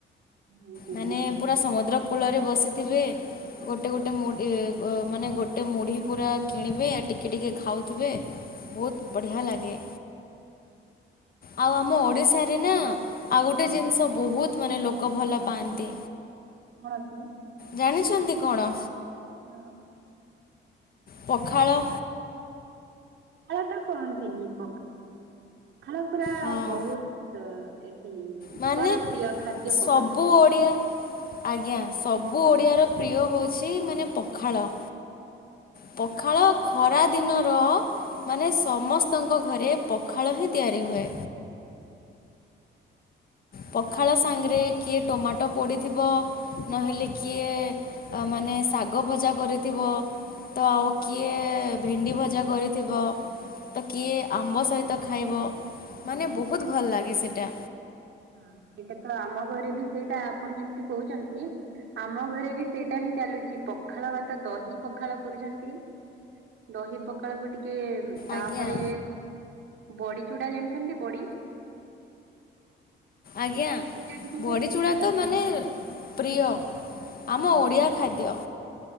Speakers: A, on the right (about 80°); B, on the left (about 50°).
A: ହୁଁ ହୁଁ।
B: ମାନେ ପୁରା ସମୁଦ୍ର କୂଳରେ ବସିଥିବେ ଗୋଟେ ଗୋଟେ ମୁଢ଼ି ଇଏ ଅ ମାନେ ଗୋଟେ ମୁଢ଼ି ପୁରା କିଣିବେ ଟିକେ ଟିକେ ଖାଉଥିବେ। ବହୁତ ବଢ଼ିଆ ଲାଗେ।
A: <unintelligible>
B: ଆଉ ଆମ ଓଡ଼ିଶାରେ ନା ଆଉ ଗୋଟେ
A: ହଁ
B: ଜିନିଷ ବହୁତ ମାନେ ଲୋକ ଭଲ ପାଆନ୍ତି।
A: କଣ ଅଛି
B: ଜାଣିଛନ୍ତି କଣ?
A: ନା।
B: ପଖାଳ।
A: ଭଲତ କୁହନ୍ତିନି ପ ପଖାଳ ପୁରା
B: ହଁ
A: ବହୁତ ଏଠି ଲୋକର
B: ମାନେ
A: ପ୍ରିୟ ଖାଦ୍ୟ
B: ସବୁ
A: ପଖାଳ।
B: ଓଡ଼ିଆ ଆଜ୍ଞା ସବୁ ଓଡ଼ିଆର ପ୍ରିୟ ହେଉଚି ମାନେ ପଖାଳ। ପଖାଳ ଖରାଦିନର
A: ହୁଁ
B: ମାନେ ସମସ୍ତଙ୍କ ଘରେ ପଖାଳ ହିଁ ତିଆରି ହୁଏ। ପଖାଳ ସାଙ୍ଗରେ କିଏ ଟମାଟୋ ପୋଡ଼ିଥିବ ନହେଲେ କିଏ ଆ ମାନେ ଶାଗ ଭଜା କରିଥିବ। ତ ଆଉ କିଏ ଭେଣ୍ଡି ଭଜା କରିଥିବ। ତ କିଏ ଆମ୍ବ ସହିତ ଖାଇବ
A: ହୁଁ
B: ମାନେ ବହୁତ ଭଲ ଲାଗେ ସେଇଟା।
A: ହଁ ସେଇଟା ତ ଆମ ଘରେ ବି ସେଇଟା ଆପଣ ଯେମିତି କହୁଚନ୍ତି ଆମ ଘରେ ବି ସେଇଟା ହିଁ ଚାଲୁଚି ପଖାଳ ଭାତ ଦହି ପଖାଳ କରୁଚନ୍ତି। ଦହି ପକାଳକୁ ଟିକେ ତାପରେ
B: ଆଜ୍ଞା।
A: ବଡି ଚୂଡା ଜାଣିଚନ୍ତି ବଡି?
B: ଆଜ୍ଞା
A: ବଡି ତ ଜାଣିଥିବେ
B: ବଡ଼ି
A: ବଡି
B: ଚୂଡ଼ା
A: ଚୁଡା
B: ତ ମାନେ
A: ହଁ
B: ପ୍ରିୟ।
A: ହଁ
B: ଆମ ଓଡ଼ିଆ ଖାଦ୍ୟ।